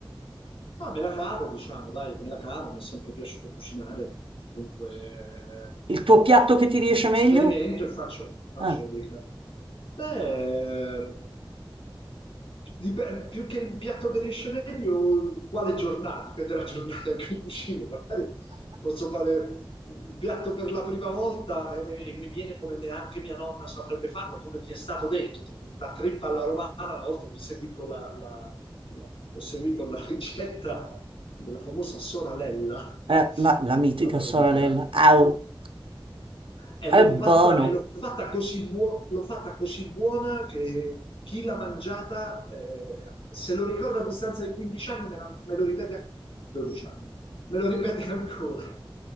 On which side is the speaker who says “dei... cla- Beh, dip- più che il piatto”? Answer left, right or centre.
Left